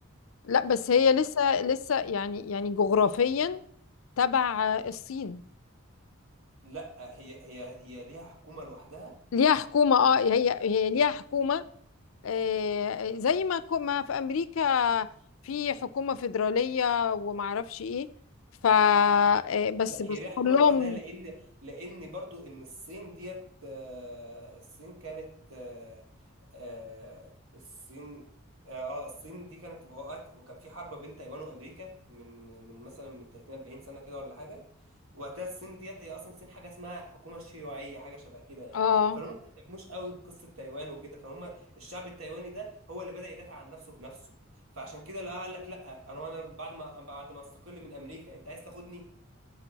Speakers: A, on the left; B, on the right.
A: لا بس هي لسه لسه يعني يعني جغرافيا تبع الصين
B: لا هي هي هي ليها حكومه لوحدها
A: ليها حكومة اه هي هي ليها حكومة آه، زي ما كو- ما في امريكا في حكومه فيدراليه ومعرفش ايه ف آه، بس
B: لا
A: بس
B: هي ليها حكومه
A: كلهم
B: لوحدها لان لان برضو ان الصين ديت آه، الصين كانت آه، آه، الصين اه آه، الصين دي كانت وقت وكان في حرب بين تايوان وامريكا من من مثلا من 30 40 سنه كده ولا حاجه وقتها الصين ديت هي اصلا الصين حاجه اسمها حكومه شيوعيه حاجه شبه كده يعني
A: اه
B: فهم ما مش قوي بقصه تايوان وكده فهم الشعب التايواني ده هو اللي بدا يدافع عن نفسه بنفسه فعشان كده لا قال لك لا انا وانا بعد ما بعد ما استقل من امريكا انت عايز تاخدني